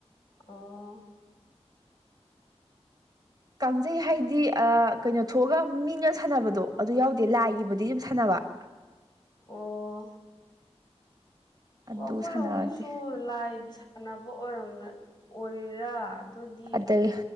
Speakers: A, on the left (about 40°); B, on the right (about 35°).
A: ꯑꯣ
B: ꯀꯥꯡꯖꯩ ꯍꯥꯏꯗꯤ ꯑ ꯀꯩꯅꯣ ꯊꯣꯛꯑꯒ ꯃꯤꯅ ꯁꯥꯟꯅꯕꯗꯣ ꯑꯗꯨ ꯌꯥꯎꯗꯦ ꯂꯥꯏꯒꯤꯕꯨꯗꯤ ꯑꯗꯨꯨꯝ ꯁꯥꯟꯅꯕ
A: ꯑꯣ
B: ꯑꯗꯨ
A: ꯑꯣ ꯑꯈꯣꯏꯔꯣꯝꯒꯤꯁꯨ
B: ꯁꯥꯟꯅꯗꯦ
A: ꯂꯥꯏꯒꯤ ꯁꯥꯟꯅꯕ ꯑꯣꯏꯔꯝꯒ ꯑꯣꯏꯔꯤꯔꯥ ꯑꯗꯨꯗꯤ
B: ꯑꯗꯩ